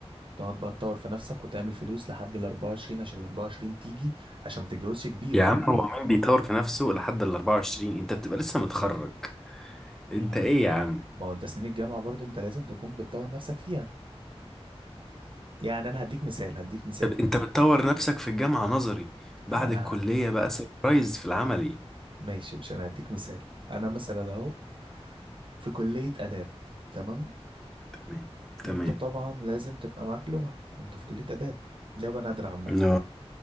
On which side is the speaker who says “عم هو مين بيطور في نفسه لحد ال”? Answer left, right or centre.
Centre